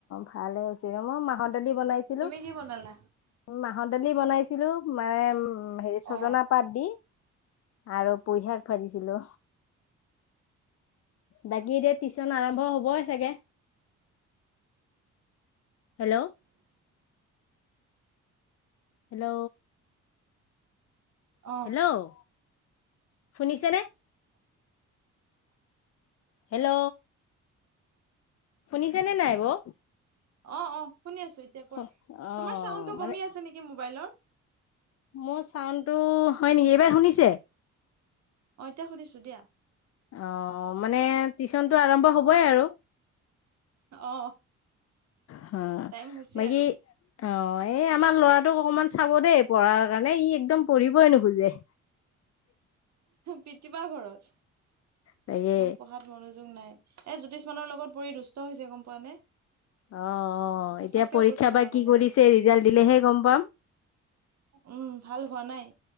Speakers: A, on the left; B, on the right.
A: ভালে হৈছে মই মাহৰ দালি বনাইছিলো।
B: তুমি কি বনালা
A: মাহৰ দালি বনাইছিলো মানে উ হেৰি ছজনা
B: অ
A: পাত দি। আৰু পুই শাক ভাজিছিলো। বাকী এতিয়া টিউচন আৰম্ভ হবই চাগে। হেল্ল'। হেল্ল'।
B: অ
A: হেল্ল' শুনিছেনে। হেল্ল'। শুনিছে নে নাই বৌ।
B: অ অ শুনি আছো এতিয়া কোৱা
A: অ',
B: তোমাৰ চাউণ্ডটো
A: মানে
B: কমি আছে নেকি মোবাইলৰ।
A: মোৰ চাউনটো হয় নেকি এইবাৰ শুনিছে।
B: অ এতিয়া শুনিছো দিয়া।
A: অ মানে টিউচনতটো আৰম্ভ হবই আৰু।
B: অ
A: হা
B: টাইম হৈছে
A: বাকী।
B: আৰু
A: অ এই আমাৰ লৰাটোক অকমান চাব দেই পঢ়াৰ কাৰণে ই একদম পঢ়িবই নোখোজে। উ <unintelligible>
B: পতি পা ঘৰতত।
A: তাকে
B: একদম পঢ়াত মনোযোগ নাই এ জ্যোতিষমানৰ লগত পৰি দুষ্ট হৈছে গম পোৱা নে।
A: অ অ
B: সঁচাকেও
A: এতিয়া পৰীক্ষা
B: কৈছো মই
A: বা
B: মানে
A: কি কৰিছে
B: আৰু
A: ৰিজাল্ট দিলেহে গম পাম।
B: উম ভাল হোৱা নাই।